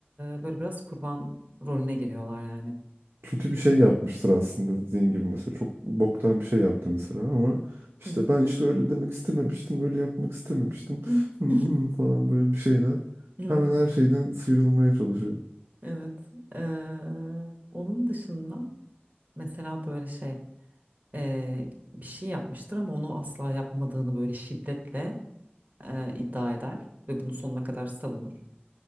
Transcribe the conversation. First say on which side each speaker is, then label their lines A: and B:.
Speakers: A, on the right; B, on the right.
A: e, böyle biraz kurban rolüne giriyorlar yani.
B: Kötü bir şey yapmıştır aslında dediğin gibi mesela. Çok boktan bir şey yaptı mesela ama işte
A: Hı hı.
B: ben işte öyle demek istememiştim. Öyle yapmak istememiştim.
A: <laughs>
B: Hmm, falan böyle bir şeyler.
A: Hı hı.
B: Hemen
A: Evet.
B: her şeyden sıyrılmaya çalışıyor.
A: Evet. Ee, onun dışında mesela böyle şey eee, bir şey yapmıştır ama onu asla yapmadığını böyle şiddetle eee, iddia eder ve bunu sonuna kadar savunur.